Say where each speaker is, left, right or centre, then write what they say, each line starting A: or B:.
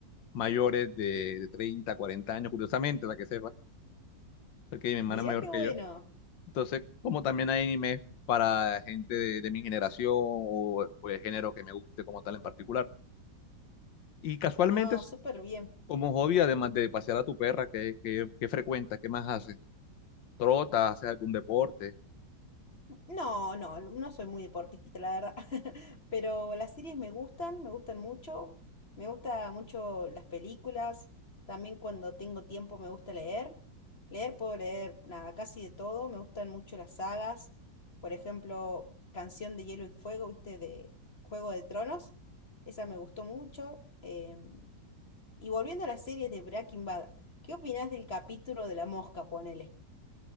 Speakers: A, on the left; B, on the left.
A: mayores de, de 30, 40 años, curiosamente, para que sepa porque mi hermana
B: Mirá
A: es mayor
B: qué
A: que
B: bueno.
A: yo. Entonces, como también hay animes para gente de, de mi generación o, o el género que me guste como tal en particular. Y casualmente,
B: No,
A: es
B: súper bien.
A: como hobby, además de pasear a tu perra, ¿qué, qué, qué frecuenta? ¿Qué más haces? ¿Trotas? ¿Haces algún deporte?
B: No, no, no soy muy deportista, la verdad. <laughs> Pero las series me gustan, me gustan mucho. Me gusta mucho las películas. También cuando tengo tiempo me gusta leer. Leer puedo leer nada, casi de todo. Me gustan mucho las sagas. Por ejemplo, Canción de Hielo y Fuego, ¿viste? De Juego de Tronos. Esa me gustó mucho. Em, y volviendo a las series de Breaking Bad, ¿qué opinás del capítulo de la mosca, ponele?